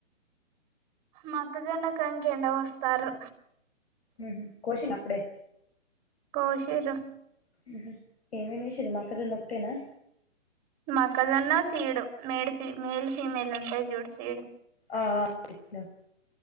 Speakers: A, on the right (about 25°); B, on the left (about 60°).
A: మొక్కజొన్న కంకెండ పోస్తారు.
B: ఊహూ కోసిండా అప్పుడే.
A: కోషింర్రు.
B: ఉహూ ఏమేమేసింర్రు మెుక్కజొన్న ఒక్కటేనా.
A: మెుక్కజొన్న సీడు మేడ్ ఫిమేల్ ఫీమేల్ ఉంటయ్ చూడు సీడు.
B: ఆహ్ చెప్పిన.